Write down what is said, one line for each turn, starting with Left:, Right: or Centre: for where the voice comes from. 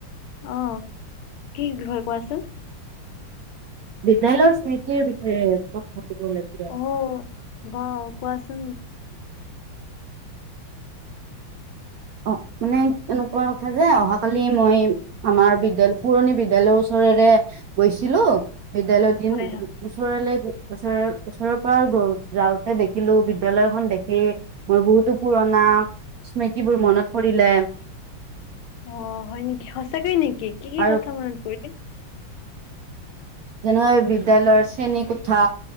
Left: অ, কি বিষয় কোৱাচোন?
Right: বিপিএলৰ স্থিতি বিষয়ে। কথা পাতিব ওলাইছিলো আৰু।
Left: অ, বাও, কোৱাচোন?
Right: অ, মানে কেনেকুৱা কথা যে অহাকালি মই আমাৰ বিদ্যালয়, পুৰণি বিদ্যালয়ৰ ওচৰেৰে গৈছিলো বিদ্যালয়ৰ দিন
Left: হয় হয়
Right: ওচৰলে ওচৰৰ-ওচৰৰ পৰা গ যাওঁতে দেখিলো, বিদ্যালয়খন দেখি মোৰ বহুতো পুৰণা স্মৃতি যিবোৰ মনত পৰিলে
Left: অ, হয় নেকি, সঁচাকৈ নেকি? কি-কি-কি,
Right: আৰু
Left: কথা মনত পৰিলে?
Right: যেনেকৈ বিদ্যালয়ৰ শ্ৰেণী কোঠা,